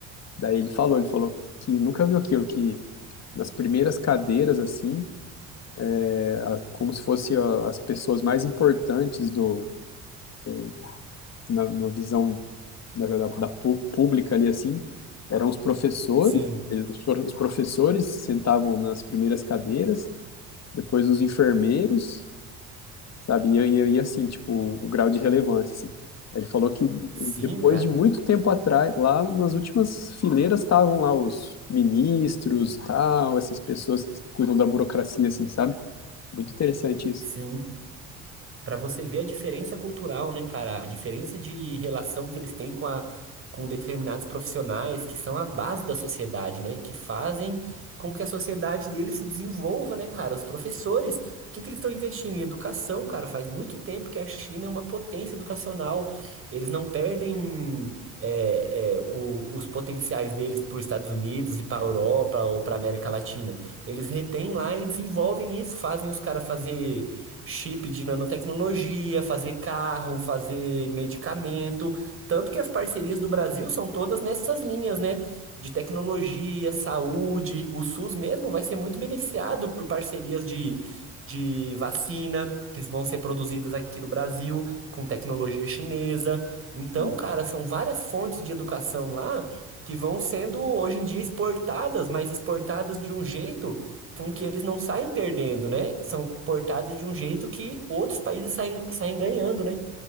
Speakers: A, on the left (about 50°); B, on the right (about 40°).
A: Daí ele falou, ele falou que nunca viu aquilo que nas primeiras cadeiras assim, é, a- como se fosse ó, as pessoas mais importantes do, do- na, na visão da, da- da pú- pública ali assim, eram os professores.
B: Sim.
A: Ele- os, pro- os professores sentavam nas primeiras cadeiras, depois os enfermeiros sabe? E eu, e eu ia assim, tipo, o grau de relevância, assim. Aí Ele falou que
B: Sim,
A: depois
B: cara.
A: de muito tempo atrás, lá nas últimas fileiras estavam lá os ministros, tal, essas pessoas que cuidam da burocracia, assim, sabe? Muito interessante isso.
B: Sim. Pra você ver a diferença cultural, né, cara? A diferença de relação que eles têm com a, com determinados profissionais que são a base da sociedade, né? Que fazem com que a sociedade deles se desenvolva, né, cara? Os professores, o que que eles estão investindo em educação, cara? Faz muito tempo que a China é uma potência educacional. Eles não perdem é, é, o- os potenciais deles para os Estados Unidos e para a Europa ou para a América Latina. Eles retêm lá e desenvolvem isso, fazem os caras fazer chip de nanotecnologia, fazer carro, fazer medicamento. Tanto que as parcerias do Brasil são todas nessas linhas, né? De tecnologia, saúde. O SUS mesmo vai ser muito beneficiado por parcerias de, de vacina que vão ser produzidas aqui no Brasil, com tecnologia chinesa. Então,
A: Sim.
B: cara, são várias fontes de educação lá que vão sendo hoje em dia exportadas, mas exportadas de um jeito com que eles não saem perdendo, né? São importados de um jeito que outros países saem, saem ganhando, né?